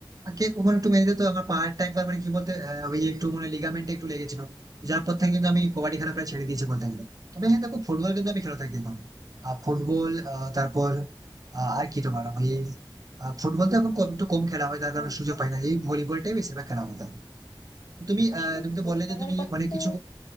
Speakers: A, on the right; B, on the left.
A: আর কে কখন একটু মেরে দিত আমার পাহাড়টা একবার মানে কি বলতে আহ, ওই একটু মানে লিগামেন্টে একটু লেগেছিল যার পর থেকে কিন্তু আমি কবাডি খেলা প্রায় ছেড়ে দিয়েছি বলতে গেলে তবে হ্যাঁ দেখো ফুটবল কিন্তু আমি খেলে থাকি এখন আহ, ফুটবল আহ, তারপর আহ, আর কি তোমার আমি আহ, ফুটবল তো এখন কম একটু কম খেলা হয় তার
B: ফুটবল
A: কারণে সুযোগ পাই না এই ভলিবলটাই বেশিরভাগ খেলা হয় তার তো তুমি
B: আসলে
A: আহ, তুমি
B: ফুটবলের
A: তো বললে যে তুমি
B: কথা
A: অনেক
B: তো
A: কিছু